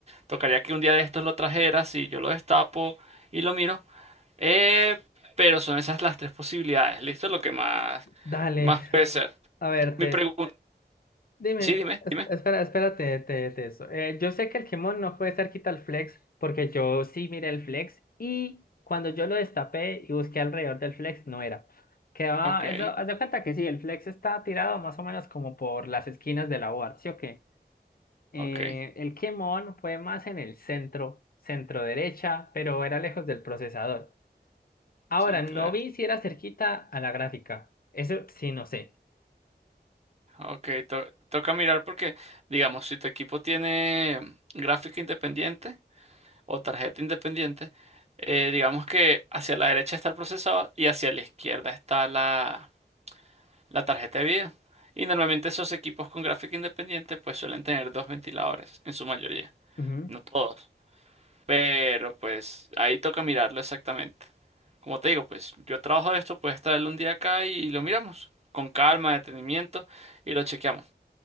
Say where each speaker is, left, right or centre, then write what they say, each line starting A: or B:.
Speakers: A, on the right; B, on the left.
A: Tocaría que un día de estos lo trajeras y yo lo destapo y lo miro. Eh, pero son esas las tres posibilidades. Listo, lo que más,
B: Dale.
A: más puede ser.
B: A ver, te,
A: Mi pregunta.
B: dime,
A: Sí, dime,
B: es-
A: dime.
B: espera, espérate, te, te, eso. Eh, yo sé que el Gemón no puede estar quita el flex, porque yo sí miré el flex y cuando yo lo destapé y busqué alrededor del flex, no era. Quedaba,
A: Ok,
B: eso, haz de cuenta que sí, el flex está tirado más o menos como por las esquinas de la board, ¿sí o qué? Eh,
A: ok.
B: el Kemon fue más en el centro, centro derecha, pero era lejos del procesador. Ahora,
A: Centra-
B: no vi si era cerquita a la gráfica. Eso sí, no sé.
A: Ok, to- toca mirar porque, digamos, si tu equipo tiene gráfica independiente o tarjeta independiente, eh, digamos que hacia la derecha está el procesador y hacia la izquierda está la la tarjeta de video. Y normalmente esos equipos con gráfica independiente pues suelen tener dos ventiladores, en su mayoría,
B: Ujú.
A: no todos. Pero pues ahí toca mirarlo exactamente. Como te digo, pues yo trabajo de esto, puedes traerlo un día acá y lo miramos con calma, detenimiento y lo chequeamos.